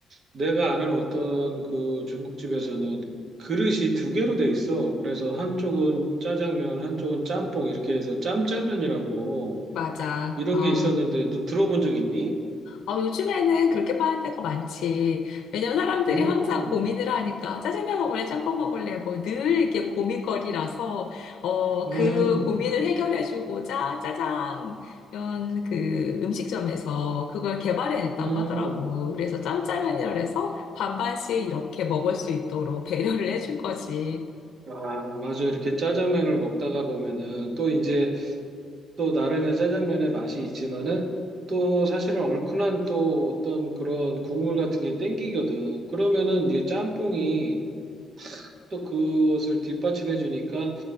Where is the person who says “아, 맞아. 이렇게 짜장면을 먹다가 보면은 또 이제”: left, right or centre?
Right